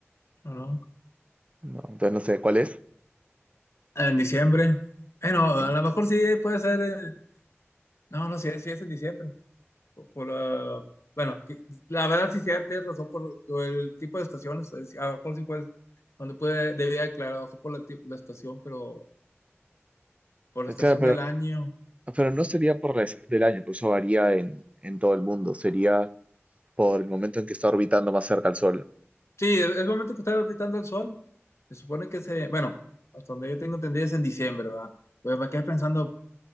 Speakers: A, on the left; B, on the right.
A: no, no.
B: no, entonces no sé cuál es.
A: En diciembre. Bueno, a
B: En-
A: lo mejor sí puede ser. en- No, no, sí, es- sí es en diciembre. Por, por la- Bueno, qui- la verdad sí, sí, tienes razón por por el tipo de estaciones. es- A lo mejor sí puede, donde puede, debía aclarar ojo por la, ti- la estación, pero por la
B: eh,
A: estación
B: claro, pero,
A: del año.
B: pero no sería por la estación del año, por eso varía en, en todo el mundo. Sería por el momento en que está orbitando más cerca al Sol.
A: Sí, es es el momento que está gritando el sol. Se supone que se, bueno, hasta donde yo tengo entendido es en diciembre, ¿verdad? Pues me quedé pensando